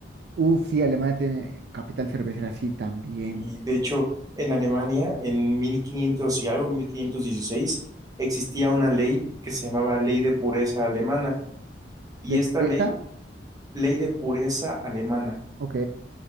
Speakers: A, on the right; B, on the right.
A: Uf, sí, Alemania tiene capital cervecera, sí, también.
B: Y de hecho, en Alemania, en 1500 y algo, 1516, existía una ley que se llamaba Ley de Pureza Alemana. Y
A: De
B: esta
A: pureza,
B: ley, Ley de Pureza Alemana.
A: ok,